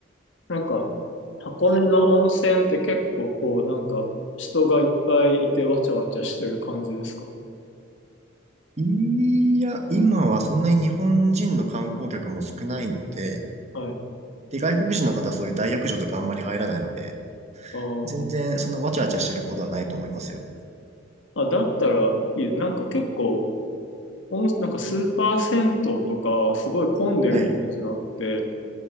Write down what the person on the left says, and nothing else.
なんか、箱根の温泉って結構こう、なんか、人がいっぱいいてわちゃわちゃしてる感じですか
はい。
あー
あ、だったらいい。なんか結構、温なんかスーパー銭湯とか、すごい混んでるイメージがあって、